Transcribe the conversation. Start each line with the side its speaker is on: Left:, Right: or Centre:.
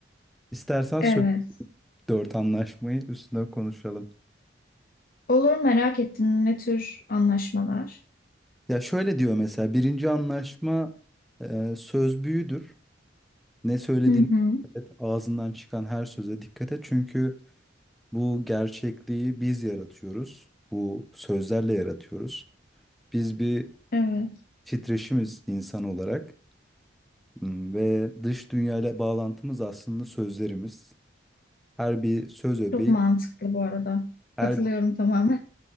Centre: İstersen
Left: Evet.
Centre: söyle. Dört anlaşmayı üstüne konuşalım.
Left: Olur, merak ettim. Ne tür anlaşmalar?
Centre: Ya şöyle diyor mesela birinci anlaşma e, söz büyüdür. Ne söylediğini
Left: Hı hı.
Centre: dikkat et, ağzından çıkan her söze dikkat et. Çünkü bu gerçekliği biz yaratıyoruz. Bu sözlerle yaratıyoruz. Biz bir
Left: Evet.
Centre: titreşimiz insan olarak Hmm, ve dış dünyayla bağlantımız aslında sözlerimiz. Her bir söz öbeği,
Left: Çok mantıklı bu arada. Katılıyorum
Centre: her
Left: tamamen.